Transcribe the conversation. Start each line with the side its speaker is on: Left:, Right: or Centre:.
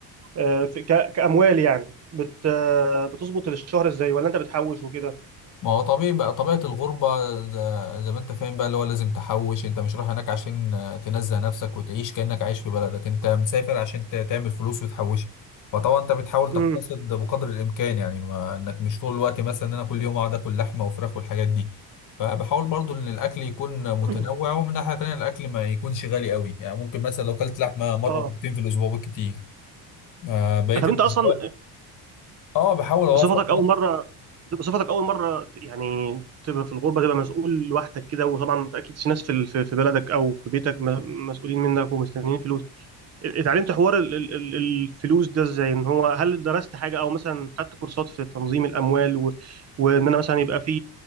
Right: آه، في- ك- كأموال يعني بت آه، بتظبط الشهر ازاي ولا انت بتحوش وكده
Left: ما هو طبيعي بقى طبيعة الغربة ز- زي ما انت فاهم بقى اللي هو لازم تحوش انت مش رايح هناك عشان آه، تنزه نفسك وتعيش كأنك عايش في بلدك انت مسافر عشان ت- تعمل فلوس وتحوشها فطبعا انت بتحاول تقتصد
Right: امم
Left: بقدر الامكان يعني ما انك مش طول الوقت مثلا ان انا كل يوم اقعد اكل لحمة وفراخ والحاجات دي فبحاول برضو ان الاكل يكون
Right: <clears throat>
Left: متنوع ومن ناحية تانية الاكل ما يكونش غالي قوي يعني ممكن مثلا لو كلت لحمة مرة
Right: اه
Left: مرتين في الاسبوع بالكتير آه، بقية
Right: طب
Left: الاسبوع
Right: انت اصلا
Left: اه بحاول اوفر
Right: بصفتك اول مره بصفتك اول مره ت- يعني تبقى في الغربه تبقى مسؤول لوحدك كده وطبعا اكيد في ناس في ال- في في بلدك او في بيتك م- مسؤولين منك ومستنيين فلوس اتعلمت حوار ال- ال- ال- الفلوس ده ازاي ان هو هل درست حاجه او مثلا خدت كورسات في تنظيم الاموال و... وان انا مثلا يبقى في